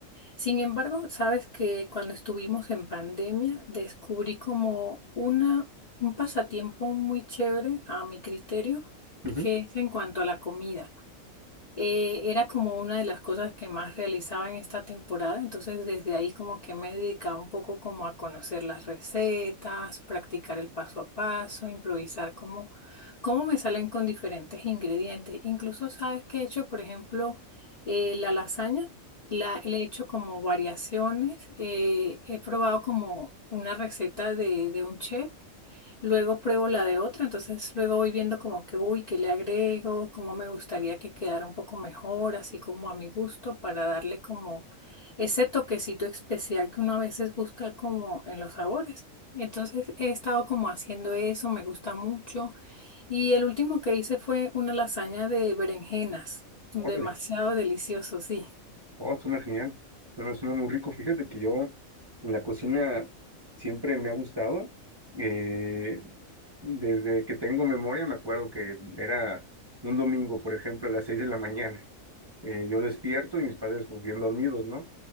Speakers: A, on the left (about 40°); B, on the right (about 20°).
A: Sin embargo, sabes que cuando estuvimos en pandemia descubrí como una, un pasatiempo muy chévere a mi criterio,
B: Ujú,
A: que es en cuanto a la comida eh, era como una de las cosas que más realizaba en esta temporada, entonces desde ahí como que me he dedicado un poco como a conocer las recetas, practicar el paso a paso, improvisar cómo, cómo me salen con diferentes ingredientes. Incluso sabes que he hecho, por ejemplo, eh, la lasaña, la, le he hecho como variaciones, eh, he probado como una receta de, de un chef. Luego pruebo la de otro, entonces luego voy viendo como que, uy, qué le agrego, cómo me gustaría que quedara un poco mejor, así como a mi gusto, para darle como ese toquecito especial que uno a veces busca como en los sabores. Entonces he estado como haciendo eso, me gusta mucho. Y el último que hice fue una lasaña de berenjenas, demasiado
B: órale.
A: delicioso, sí.
B: Oh, suena genial. Suena, suena muy rico. Fíjate que yo en la cocina siempre me ha gustado. Eh, desde que tengo memoria me acuerdo que era un domingo, por ejemplo, a las seis de la mañana. Eh, yo despierto y mis padres pues bien dormidos, ¿no?